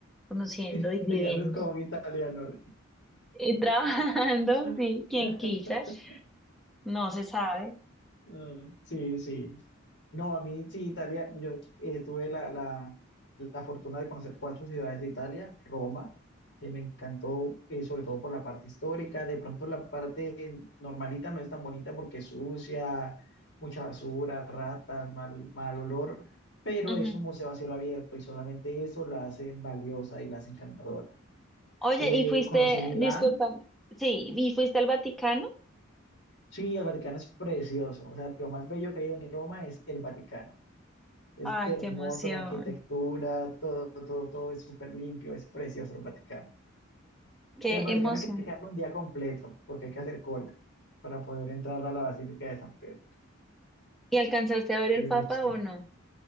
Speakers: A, in the centre; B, on the left.
A: conociendo
B: <laughs>
A: y viviendo
B: Te quedaste como un italiano.
A: y <laughs> trabajando,
B: <laughs>
A: sí, quien quita, no se sabe.
B: Ah, Sí, sí. No, a mí sí, Italia, yo eh, tuve la, la, la fortuna de conocer cuatro ciudades de Italia, Roma, que me encantó, eh, sobre todo por la parte histórica, de pronto la parte normalita no es tan bonita porque es sucia, mucha basura, ratas, mal, mal olor, pero
A: Ujú.
B: es un museo a cielo abierto y solamente eso la hace valiosa y la hace encantadora.
A: Oye,
B: Eh,
A: ¿y fuiste,
B: conocí Milán.
A: disculpa, sí, ¿y fuiste al Vaticano?
B: Sí, el Vaticano es precioso. O sea, lo más bello que hay en Roma es el Vaticano. Es
A: Ay,
B: hermoso
A: qué emoción,
B: la arquitectura, todo, todo, todo es súper limpio, es precioso el Vaticano.
A: qué
B: Y al Vaticano
A: emoción.
B: hay que dejarlo un día completo, porque hay que hacer cola para poder entrar a la Basílica de San Pedro.
A: ¿Y alcanzaste a ver el
B: Pero
A: Papa
B: sí.
A: o no?